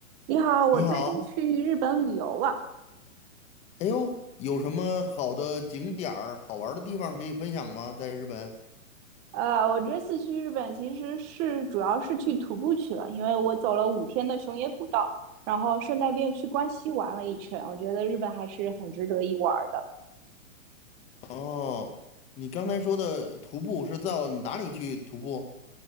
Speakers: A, on the right; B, on the left.
A: 你好，我最近去日本旅游了。
B: 你好，哎呦，有什么好的景点儿、好玩儿的地方可以分享吗？在日本？
A: 呃，我这次去日本其实是主要是去徒步去了，因为我走了五天的熊野古道，然后顺带便去关西玩了一圈。我觉得日本还是很值得一玩的。
B: 哦，你刚才说的徒步是到哪里去徒步？